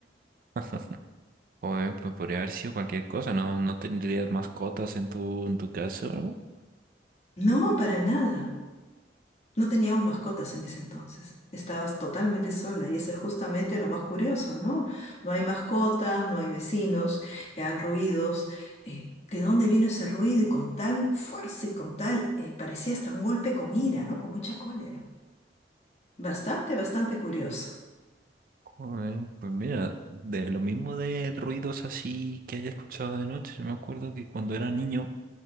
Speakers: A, on the right (about 50°); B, on the left (about 35°).
A: <laughs> o pues podría haber sido cualquier cosa, ¿no? ¿No tendrías mascotas en tu, en tu casa o algo?
B: No, para nada. No teníamos mascotas en ese entonces. Estabas totalmente sola y eso es justamente lo más curioso, ¿no? No hay mascotas, no hay vecinos que hagan ruidos. eh, ¿de dónde vino ese ruido? Y con tal fuerza y con tal, eh, parecía hasta un golpe con ira, ¿no? Con mucha cólera. Bastante, bastante curioso.
A: Joder, Pues mira, de lo mismo de ruidos así que haya escuchado de noche, yo me acuerdo que cuando era niño